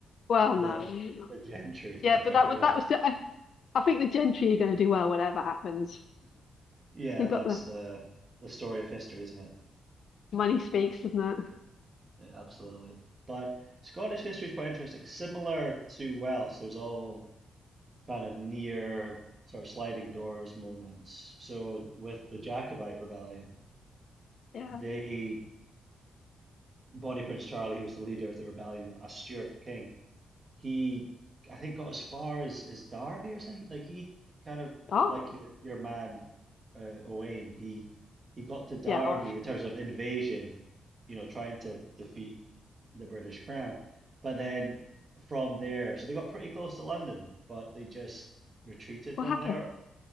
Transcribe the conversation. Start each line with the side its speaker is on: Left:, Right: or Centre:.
Left: Well,
Right: the
Left: no. no.
Right: the gentry <laughs>
Left: Yeah,
Right: did
Left: but
Right: very
Left: that was
Right: well.
Left: that was I, I think the gentry are going to do well whatever happens.
Right: Yeah,
Left: They
Right: that's
Left: got the
Right: the the story of history, isn't it?
Left: money speaks, doesn't it?
Right: Yeah, Absolutely. But Scottish history is quite interesting. Similar to Welsh, there's all kind of near sort of sliding doors moments. So with the Jacobite rebellion,
Left: Yeah.
Right: they Bonnie Prince Charlie, who was the leader of the rebellion, a Stuart king he I think got as far as as Derby or something. Like he kind of
Left: Derby.
Right: like your your man uh, Owain. He he got to Derby
Left: Yeah, or,
Right: in terms of invasion, you know, trying to defeat the British Crown. But then from there, so they got pretty close to London, but they just retreated
Left: what
Right: from
Left: happened?
Right: there.